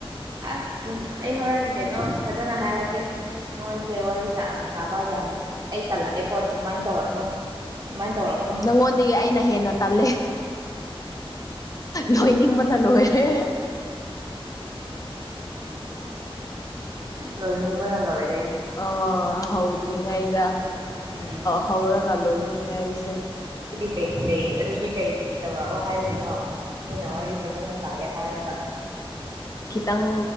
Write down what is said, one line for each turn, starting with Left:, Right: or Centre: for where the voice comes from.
Right: ꯑꯁ ꯑꯩ ꯍꯔ ꯏ ꯀꯦꯅꯣ ꯐꯖꯥꯅꯍꯦ ꯍꯥꯏꯒꯦ ꯅꯣꯏꯁꯦ ꯋꯥꯔꯤ ꯁꯥꯕ ꯌꯥꯝ ꯑꯩ ꯇꯜꯂꯛꯑꯦꯀꯣ ꯑꯗꯨꯃꯥꯏꯅ ꯇꯧꯔꯛꯀꯅꯨ ꯑꯗꯨꯃꯥꯏꯅ ꯇꯧꯔꯛꯀꯅꯨ
Left: ꯅꯪꯉꯣꯟꯗꯒꯤ ꯑꯩꯅ ꯍꯦꯟꯅ ꯇꯜꯂꯦ ꯂꯣꯏꯅꯤꯡꯕꯅ ꯂꯣꯏꯔꯦ
Right: <inaudible> ꯂꯣꯏꯅꯤꯉꯕꯅ ꯂꯣꯏ
Left: ꯑ ꯍꯥꯎꯗ꯭ꯔꯤ ꯉ ꯏꯗ
Right: ꯎꯝ
Left: ꯍꯧꯔꯒ ꯂꯣꯏꯅꯤꯡꯉꯦ ꯑꯩꯁꯦ
Right: ꯀ ꯀꯩ ꯑꯗꯨꯗꯤ ꯀꯩ ꯇꯧꯔꯛꯑꯣ ꯍꯥꯏꯔꯤꯅꯣ ꯃꯤꯅ ꯋꯥꯔꯤ ꯐꯖꯅ ꯁꯥꯒꯦ ꯍꯥꯏꯔꯒ
Left: ꯈꯤꯇꯪ